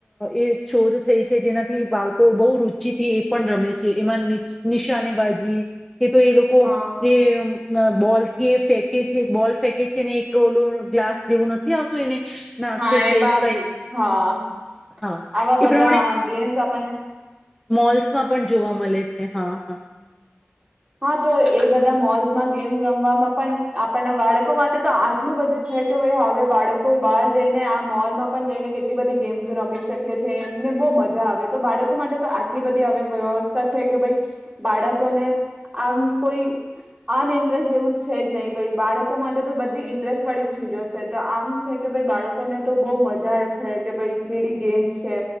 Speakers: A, in the centre; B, on the right.
A: એ શોધ થઈ છે જેનાથી બાળકો બહુ રુચિથી એ પણ રમે છે એમાં શાને બાજી કે તો એ લોકો
B: હા
A: એ બોલ થી એ ફેકે છે બોલ ફેંકે છેને એક ઓલું ગ્લાસ જેવું નથી આવતો એને નાખે
B: હા
A: છે
B: એ બા
A: એને કઈક
B: હા
A: હા
B: આવા
A: એ
B: બધા
A: પ્રમાણે
B: ગેમ્સ આપણને
A: મોલ્સમાં પણ જોવા મળે છે હા હા.
B: હા તો એ બધા મોલ્સમાં ગેમ્સ રમવામાં પણ આપણના બાળકો માટે તો આટલું બધું છે કે ભાઈ હવે બાળકો બહાર જઈને આ મોલમાં પણ જઈને કેટલી બધી ગેમ્સ રમી શકે છે એમને બહ મજા આવે તો બાળકો માટે તો આટલી બધી હવે વ્યવસ્થા છે કે ભાઈ બાળક આમ કોઈ અન ઇન્ટરેસ્ટ જેવું છે જ નહીિ ભ બાળકો માટે તો બધી ઇન્ટરેસ્ટ વાળી ચીજો છે તો આમ છે કે ભ બાળકોને તો બહ મજા છે કે ભાઈ થ્રીડી ગેમ્સ છે